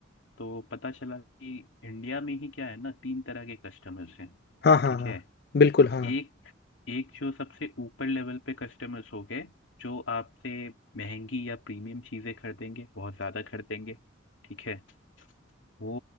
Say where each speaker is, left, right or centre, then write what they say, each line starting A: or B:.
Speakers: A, on the left; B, on the left.
A: तो पता चला कि इंडिया में ही क्या है ना तीन तरह के कस्टमर्स हैं
B: हाँ हाँ
A: ठीक
B: हाँ
A: है
B: बिल्कुल हाँ
A: एक एक जो सबसे ऊपर लेवल पे कस्टमर्स हो गए जो आपसे महंगी या प्रीमियम चीजें खरीदेंगे बहुत ज्यादा खरीदेंगे ठीक है वो